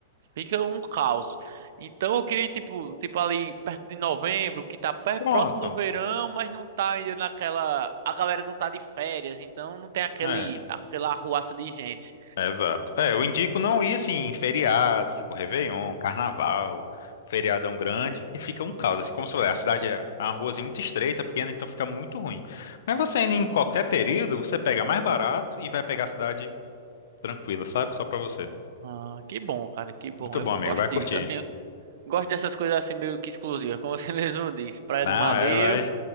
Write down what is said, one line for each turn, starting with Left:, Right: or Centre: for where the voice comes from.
Right: Fica um caos. Então eu queria, tipo, tipo ali perto de novembro, que tá per-
Left: Pronto.
Right: próximo do verão, mas não tá ainda naquela. A galera não tá de férias, então não tem aquele,
Left: É.
Right: aquela arruaça de gente.
Left: É, exato. É, eu indico não ir assim em feriado, tipo Réveillon, Carnaval, feriadão grande, porque fica um caos. Assim, como se fosse, a cidade é é uma ruazinha muito estreita, pequena, então fica muito ruim. Mas você indo em qualquer período, você pega mais barato e vai pegar a cidade tranquila, sabe? Só pra você.
Right: Ah, que bom, cara, que bom.
Left: Muito
Right: Eu
Left: bom, amigo.
Right: gosto
Left: Vai curtir.
Right: disso, assim, eu gosto dessas coisas assim meio que exclusivas, como você <laughs> mesmo disse, Praia
Left: Não,
Right: do Madeiro.
Left: é, vai.